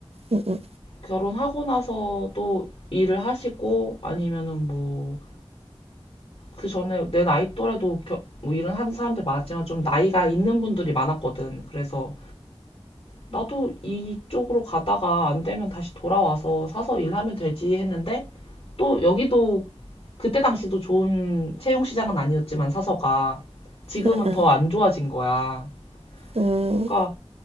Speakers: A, on the right (about 80°); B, on the left (about 70°).
A: 음음음음.
B: 결혼하고 나서 또 일을 하시고 아니면은 뭐 그 전에 내 나이 또래도 겨- 뭐 일은 하는 사람들 많았지만 좀 나이가 있는 분들이 많았거든. 그래서 나도 이쪽으로 가다가 안 되면 다시 돌아와서 사서 일하면 되지 했는데 또 여기도 그때 당시도 좋은 채용 시장은 아니었지만 사서가 지금은
A: 음.
B: 더 안 좋아진 거야.
A: 음
B: 그러니까